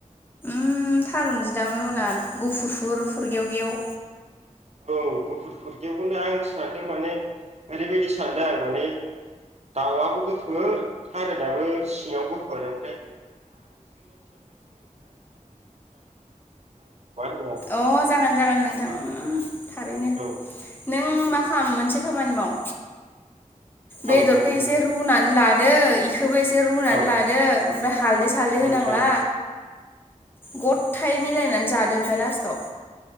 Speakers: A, on the left; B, on the right.
A: उम थारुनजो दाउ <unintelligible> उगुफुरफुर फुरगेवगेव
B: औ गुफुर फुरगेवखौनो आं सानदों माने <unintelligible> दाउआबो गोफोर थारोनाबो सिङाव गोफोर ओमफ्राय <unintelligible>
A: अ जागोन जागोन नोंथां उम <unintelligible> थारैनो
B: औ
A: नों मा खाम मोनस मोनसे खामानि माव
B: औ
A: बेदरखो
B: खोन्थाबाय
A: एसे रुनानै लादो इख खोबो एसे रुनानै
B: औ
A: लादो ओमफ्राय हालदै सालदै होनांला
B: ओमफ्राय
A: गदथाय मिलायनानै जादो ओमफ्राय लास्टाव